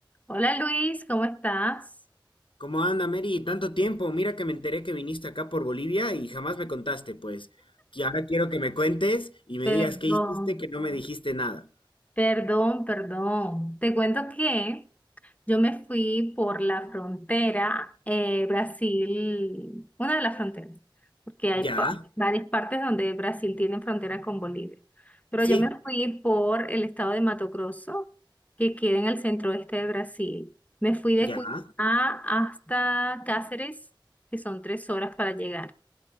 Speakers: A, on the left; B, on the left.
A: Hola Luis, ¿cómo estás?
B: ¿Cómo anda, Mary? Tanto tiempo. Mira que me enteré que viniste acá por Bolivia y jamás me contaste, pues. Y ahora quiero que me cuentes y me
A: Perdón,
B: digas qué hiciste que no me dijiste nada.
A: perdón, perdón. Te cuento que yo me fui por la frontera eh, Brasil, una de las fronteras, porque hay
B: Ya,
A: pa- varias partes donde Brasil tiene frontera con Bolivia. Pero
B: sí,
A: yo me fui por el estado de Mato Grosso, que queda en el centro oeste de Brasil. Me fui de
B: ya.
A: Cuiabá hasta Cáceres, que son tres horas para llegar.